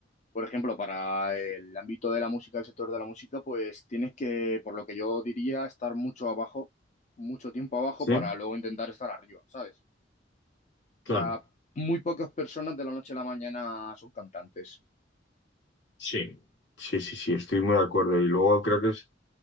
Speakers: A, on the left; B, on the left.
A: Por ejemplo, para el ámbito de la música, el sector de la música, pues tienes que, por lo que yo diría, estar mucho abajo, mucho tiempo abajo
B: Sí,
A: para luego intentar estar arriba, ¿sabes?
B: claro.
A: O sea, muy pocas personas de la noche a la mañana son cantantes.
B: Sí. Sí, sí, sí, estoy muy de acuerdo. Y luego creo que es